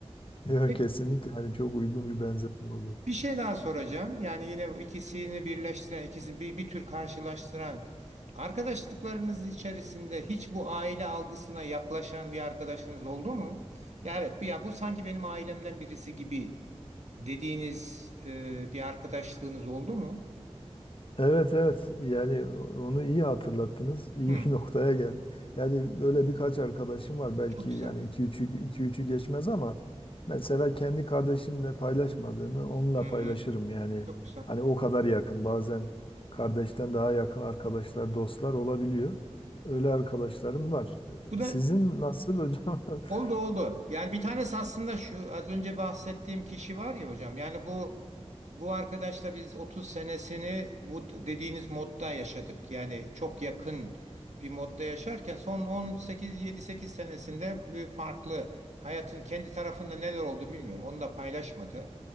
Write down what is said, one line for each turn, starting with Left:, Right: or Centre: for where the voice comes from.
Left: <laughs> Yok,
Right: Peki,
Left: kesinlikle hani çok uygun bir benzetme oldu.
Right: Bir şey daha soracağım. Yani yine ikisini birleştiren, ikisini bir, bir tür karşılaştıran arkadaşlıklarınız içerisinde hiç bu aile algısına yaklaşan bir arkadaşınız oldu mu? Ya evet, bu- ya bu sanki benim ailemden birisi gibi dediğiniz e, bir arkadaşlığınız oldu mu?
Left: Evet evet yani onu iyi hatırlattınız. İyi
Right: Hı,
Left: bir <laughs> noktaya geldi. Yani böyle birkaç arkadaşım var belki
Right: çok güzel.
Left: yani iki 3ü iki üçü geçmez ama mesela kendi kardeşimle paylaşmadığımı onunla
Right: Hı
Left: paylaşırım
Right: hı,
Left: yani.
Right: çok güzel.
Left: Hani o kadar yakın bazen kardeşten daha yakın arkadaşlar dostlar olabiliyor. Öyle arkadaşlarım var.
Right: Bu da
Left: Sizin nasıl hocam? <laughs>
Right: Oldu oldu. Yani bir tanesi aslında şu az önce bahsettiğim kişi var ya hocam. Yani bu bu arkadaşla biz 30 senesini bu dediğiniz modda yaşadık. Yani çok yakın bir modda yaşarken son 18 7-8 senesinde bir farklı hayatın kendi tarafında neler oldu bilmiyorum. Onu da paylaşmadı.